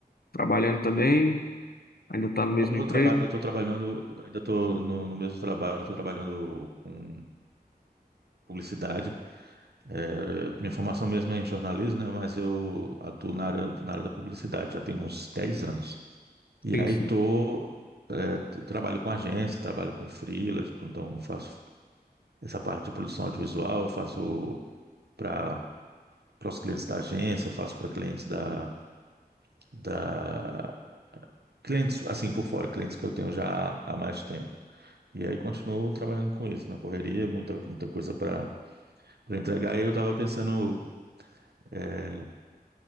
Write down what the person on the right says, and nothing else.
Ou
Eu traba- eu estou trabalhando, ainda estou no, no mesmo trabalho, estou trabalhando com publicidade. É, minha formação mesmo é em jornalismo, né? Mas eu atuo na área, na área da publicidade já tem uns 10 anos. E
aí
tô, é, t- trabalho com agência, trabalho com freela, tipo, então faço Essa parte de produção audiovisual eu faço para para os clientes da agência, eu faço para clientes da, da. Clientes, assim, por fora, clientes que eu tenho já há mais tempo. E aí continuo trabalhando com isso, na correria, muita, muita coisa para para entregar. E eu estava pensando é,